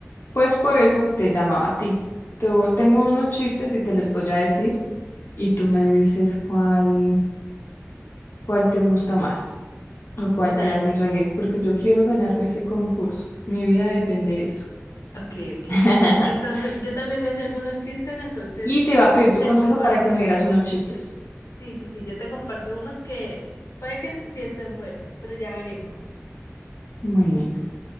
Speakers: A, on the left (about 55°); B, on the left (about 75°).
A: pues por eso te llamaba a ti. Te vo- tengo unos chistes y te los voy a decir y tú me dices cuál, cuál te gusta más o cuál
B: Dale.
A: te hace reír, porque yo quiero ganarme ese concurso. Mi vida depende de eso.
B: Ok, ok.
A: <laughs>
B: Entonces, yo también me sé algunos chistes, entonces
A: Y te iba a pedir tu
B: te
A: consejo
B: comparto.
A: para que me dieras unos chistes.
B: Sí, sí, sí, yo te comparto unos que puede que s- sí estén buenos, pero ya veremos.
A: Bueno,